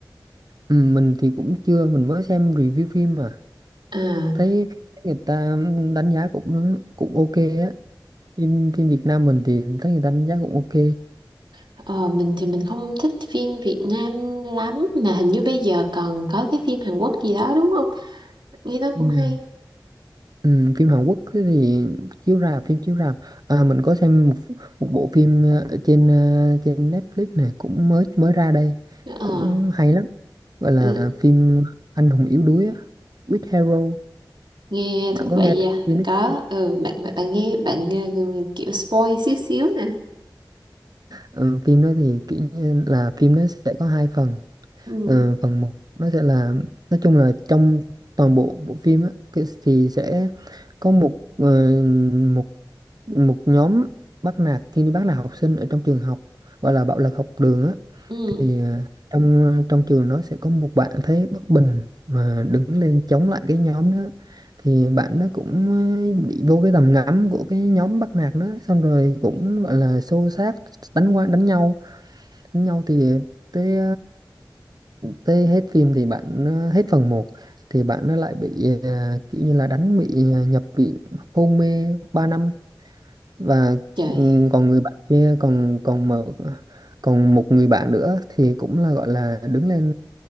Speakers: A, on the right; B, on the right.
A: Ừ, mình thì cũng chưa mình mới xem review phim mà
B: À.
A: thấy người ta đánh giá cũng cũng ok á phim phim Việt Nam mình thì thấy người ta đánh giá cũng ok
B: Ờ, mình thì mình không thích phim Việt Nam lắm mà hình như bây giờ còn có cái phim Hàn Quốc gì đó đúng không? Nghe nói
A: ừ.
B: cũng hay.
A: Ừ, phim Hàn Quốc thì chiếu rạp phim chiếu rạp à, mình có xem một một bộ phim ờ, ở trên ờ, trên Netflix này cũng mới mới ra đây
B: Ờ,
A: cũng hay lắm gọi là
B: ừ,
A: phim Anh hùng yếu đuối á With Hero
B: nghe
A: bạn
B: thú
A: có
B: vị
A: nghe tên
B: à.
A: phim đó
B: Có
A: chưa?
B: ừ, bạn bạn bạn nghe bạn nghe kiểu spoil xíu xíu nè.
A: ừ, phim đó thì kiểu như là phim nó sẽ có hai phần
B: Ừ,
A: Ừ, phần một nó sẽ là nói chung là trong toàn bộ bộ phim á cái- thì sẽ có một ờ, một một nhóm bắt nạt khi đi bắt nạt học sinh ở trong trường học gọi là bạo lực học đường á
B: ừ,
A: thì ờ, trong ờ, trong trường nó sẽ có một bạn thấy bất bình mà đứng lên chống lại cái nhóm đó thì bạn nó cũng ờ, bị vô cái tầm ngắm của cái nhóm bắt nạt đó xong rồi cũng gọi là xô xát đánh qua đánh nhau đánh nhau thì tới tới hết phim thì bạn ờ, hết phần một thì bạn nó lại bị à, kiểu như là đánh bị à, nhập viện hôn mê ba năm và
B: trời.
A: ừ, còn người bạn kia còn còn mà còn một người bạn nữa thì cũng là gọi là đứng lên